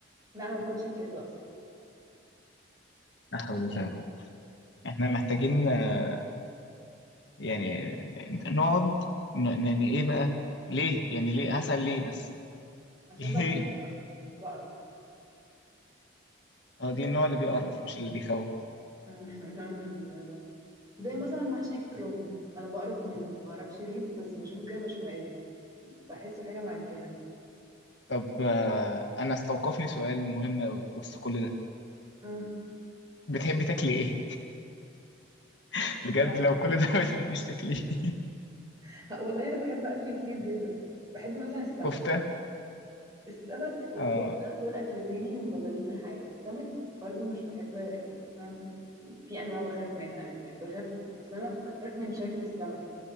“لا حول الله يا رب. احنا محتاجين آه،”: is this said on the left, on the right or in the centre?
Left